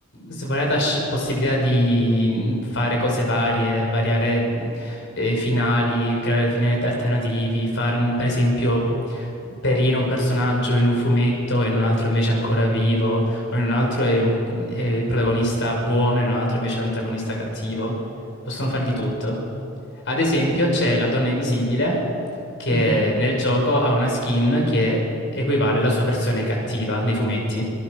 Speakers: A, on the left; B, on the left.
A: svariata sc- possibilità di mh, fare cose varie, variare mh, eh, finali, creare finali alternativi, far mh, per esempio perire un personaggio in un fumetto e in un altro invece ancora vivo, o in un altro è, un- è il protagonista buono e in un altro invece l'antagonista cattivo possono fare di tutto. Ad esempio,
B: Sì, sì.
A: c'è la donna invisibile che
B: Mhm.
A: nel gioco ha una skin che equivale alla sua versione cattiva nei fumetti.